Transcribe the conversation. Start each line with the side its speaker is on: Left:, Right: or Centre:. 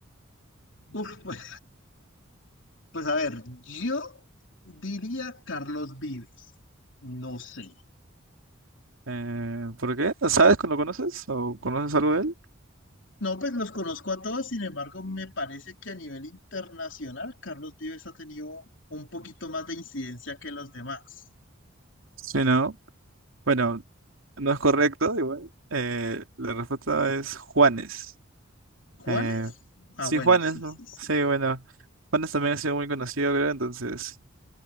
Left: Uf, pues, pues a ver, yo diría Carlos Vives. No sé.
Right: Eh, ¿por qué? ¿Sabes? cuando ¿Lo conoces? ¿O conoces algo de él?
Left: No, pues los conozco a todos, sin embargo, me parece que a nivel internacional Carlos Vives ha tenido un poquito más de incidencia que los demás.
Right: Sí, no. Bueno, no es correcto, igual. Eh, la respuesta es Juanes.
Left: ¿Juanes?
Right: Eh,
Left: Ah,
Right: sí,
Left: bueno,
Right: Juanes,
Left: sí,
Right: ¿no?
Left: sí, sí.
Right: Sí, bueno. Juanes también ha sido muy conocido, creo, entonces.